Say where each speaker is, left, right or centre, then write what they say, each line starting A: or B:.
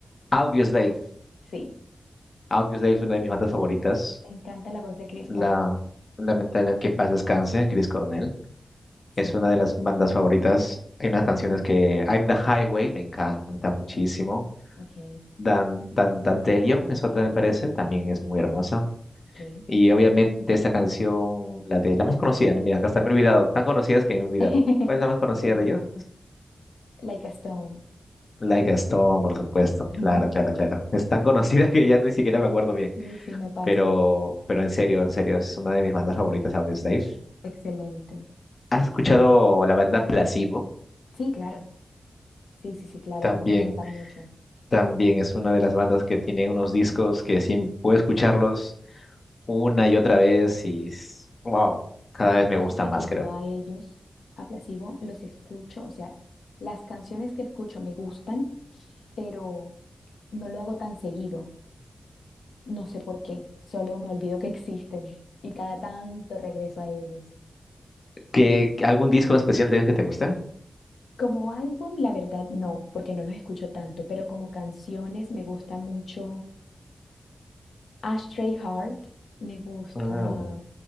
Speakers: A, on the left (about 55°); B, on the left (about 90°).
A: Audioslave.
B: Sí,
A: Audioslave es una de mis bandas favoritas.
B: me encanta la voz de Chris
A: la
B: Cornell.
A: lamentablemente que en paz descanse, Chris Cornell. Es
B: Sí,
A: una de las bandas favoritas. Hay unas canciones que I'm the Highway me encanta muchísimo.
B: ok,
A: Dan, Dan, Dandelion es otra, me parece, también es muy hermosa.
B: ok.
A: Y obviamente esta canción, la de la más conocida, ¿no? Mira, hasta me he olvidado, tan conocidas que me he olvidado.
B: <laughs>
A: ¿Cuál es la más conocida
B: Eh,
A: de ellos?
B: Like a Stone.
A: Like a Stone, por supuesto. Claro,
B: <laughs>
A: claro, claro. Es tan conocida <laughs> que ya ni siquiera me acuerdo bien.
B: Sí, sí, me pasa.
A: Pero, pero en serio, en serio, es una de mis bandas favoritas, Audioslave.
B: Excelente.
A: ¿Has escuchado la banda Placebo?
B: Sí, claro. Sí, sí, sí, claro,
A: También,
B: también me gustan mucho.
A: también es una de las bandas que tiene unos discos que sí puedo escucharlos una y otra vez y s- wow, cada
B: Bueno,
A: vez me
B: fíjate
A: gusta más,
B: que
A: creo.
B: yo a ellos, a Placebo, los escucho, o sea, las canciones que escucho me gustan, pero no lo hago tan seguido. No sé por qué, solo me olvido que existen y cada tanto regreso a ellos.
A: ¿Qué, algún disco especial de ellos que te guste?
B: Como álbum, la verdad no, porque no los escucho tanto, pero como canciones me gusta mucho Ashtray Heart, me gusta...
A: Mm,